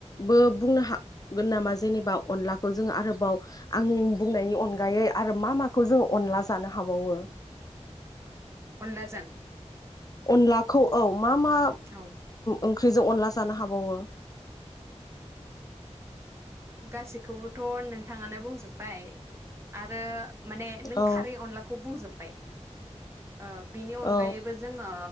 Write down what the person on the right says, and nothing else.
अनलाजों
औ
गासैखौबोथ' नों नथाङानो बुंजोब्बाय आरो माने नों
खारै अनलाखौ बुंजोब बाय ओ बिनि
अनगायैबो जोङो